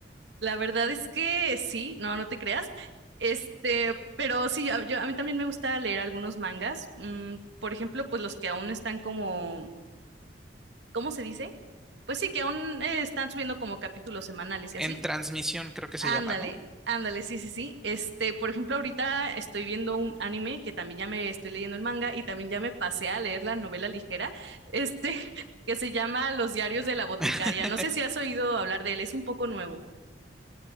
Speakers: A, on the right (about 70°); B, in the centre.
A: La verdad es que sí, no, no te creas. Este, pero sí, a- yo, a mí también me gusta leer algunos mangas. mm, por ejemplo, pues los que aún están como, ¿cómo se dice? Pues sí, que aún eh, están subiendo como capítulos semanales y así.
B: En transmisión creo que se
A: Ándale,
B: llama, ¿no?
A: ándale, sí, sí, sí. Este, por ejemplo, ahorita estoy viendo un anime que también ya me estoy leyendo el manga y también ya me pasé a leer la novela ligera, este, <laughs> que se llama Los diarios de la boticaria.
B: <laughs>
A: No sé si has oído hablar de él, es un poco nuevo.